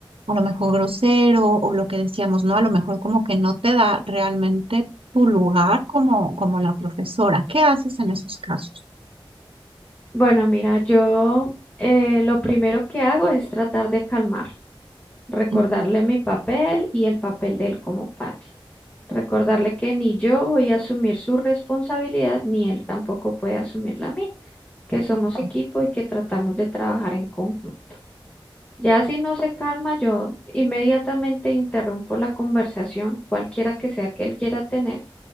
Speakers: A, on the right (about 75°); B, on the left (about 15°).
A: a lo mejor grosero o lo que decíamos, ¿no? A lo mejor como que no te da realmente tu lugar como, como la profesora. ¿Qué haces en esos casos?
B: Bueno, mira, yo eh, lo primero que hago es tratar de calmar, recordarle
A: Ujú,
B: mi papel y el papel de él como padre. Recordarle que ni yo voy a asumir su responsabilidad, ni él tampoco puede asumir la mía, que somos
A: ujú.
B: equipo y que tratamos de trabajar en conjunto. Ya si no se calma, yo inmediatamente interrumpo la conversación, cualquiera que sea que él quiera tener,